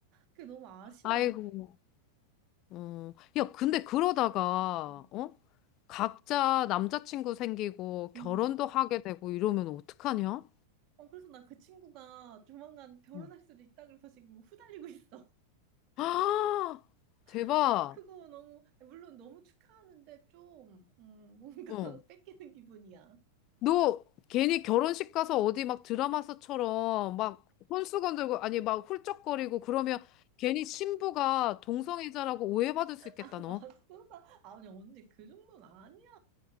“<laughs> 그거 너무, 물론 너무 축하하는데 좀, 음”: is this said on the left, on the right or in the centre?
Right